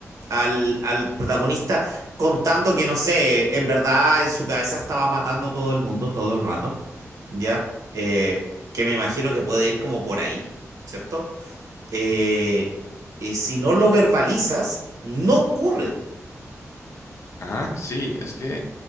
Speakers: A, on the right (about 80°); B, on the left (about 60°).
A: al, al protagonista contando que, no sé, en verdad en su cabeza estaba matando a todo el mundo todo el rato, ¿ya? Eh, que me imagino que puede ir como por ahí, ¿cierto? Eh, eh, si no lo verbalizas, no ocurre.
B: Ajá, sí, es que,